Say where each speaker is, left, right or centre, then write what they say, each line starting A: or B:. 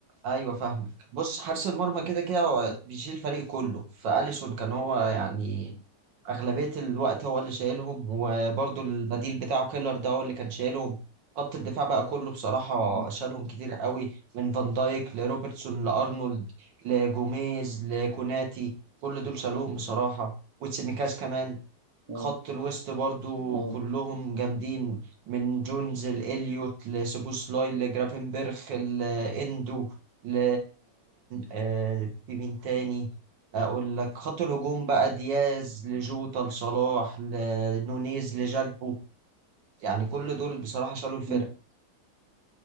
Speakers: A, on the right; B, on the right.
A: ايوه فاهمك بص حارس المرمى كده كده هو
B: م-
A: بيشيل الفريق كله فاليسون كان هو يعني
B: م-
A: اغلبيه الوقت هو اللي شايلهم وبرده البديل بتاعه كيلر ده هو اللي كان شايلهم خط الدفاع بقى كله بصراحه
B: م-
A: شالهم كتير قوي من فان دايك لروبرتسون لارنولد لجوميز لكوناتي كل دول شالوهم بصراحه وتسيميكاس كمان
B: م-
A: خط الوسط برضو
B: م-
A: كلهم جامدين من جونز لإليوت لسوبوسلاي لجرافنبرخ لإندو ل آه، في مين تاني أقول لك خط الهجوم بقى دياز لجوتا لصلاح لنونيز لجاكبو يعني كل دول بصراحة شالوا الفرقة
B: م.